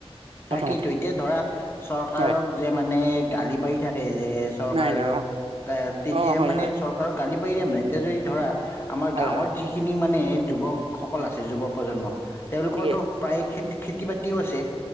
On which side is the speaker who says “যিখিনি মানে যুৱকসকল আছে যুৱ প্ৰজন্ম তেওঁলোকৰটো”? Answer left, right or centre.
Left